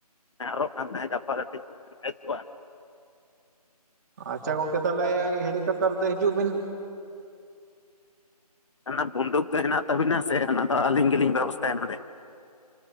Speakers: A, on the left; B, on the right.
A: <inaudible> ᱠᱟᱱ ᱛᱟᱦᱮᱸᱫ ᱜᱟᱯᱟ ᱠᱚᱜᱼᱟ
B: ᱟᱪᱪᱷᱟ ᱜᱚᱝᱠᱮ ᱛᱟᱦᱞᱮ ᱦᱮᱞᱤᱠᱮᱯᱴᱟᱨ ᱛᱮ ᱦᱤᱡᱩᱜ ᱵᱤᱱ᱾
A: ᱚᱱᱟ ᱵᱩᱱᱫᱩᱠ ᱫᱚ ᱦᱮᱱᱟᱜ ᱛᱟᱵᱤᱱᱟ ᱥᱮ ᱚᱱᱟ ᱫᱚ ᱟᱞᱤᱧ ᱜᱮᱞᱤᱧ ᱵᱮᱵᱚᱥᱛᱷᱟᱭᱟ ᱱᱚᱰᱮ᱾